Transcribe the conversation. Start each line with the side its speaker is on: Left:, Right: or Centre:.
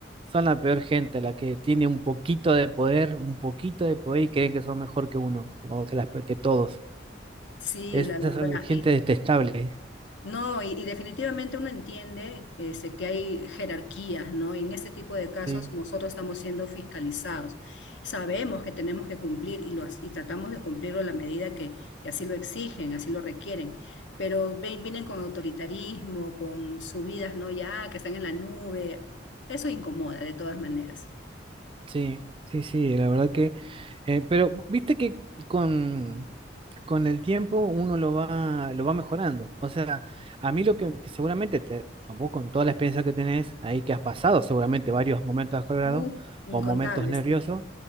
Right: son la peor gente, la que tiene un poquito de poder, un poquito de poder y creen que son mejor que uno, o que, las, que todos.
Left: Sí,
Right: Esas
Left: la verdad.
Right: son la gente detestable.
Left: No, y, y definitivamente uno entiende este, que hay jerarquías, ¿no? En este tipo de casos
Right: Sí,
Left: nosotros estamos siendo fiscalizados. Sabemos que tenemos que cumplir y, lo, ha- y tratamos de cumplirlo a la medida que, que así lo exigen, así lo requieren, pero ve- vienen con autoritarismo, con subidas, ¿no? Ya, que están en la nube. Eso incomoda de todas maneras.
Right: sí, sí, sí, la verdad que... eh, pero viste que con... con el tiempo uno lo va, lo va mejorando. O sea, a mí lo que, que seguramente, te, o vos con toda la experiencia que tenés ahí que has pasado, seguramente varios momentos acalorados
Left: Uh, incontables.
Right: o momentos nerviosos,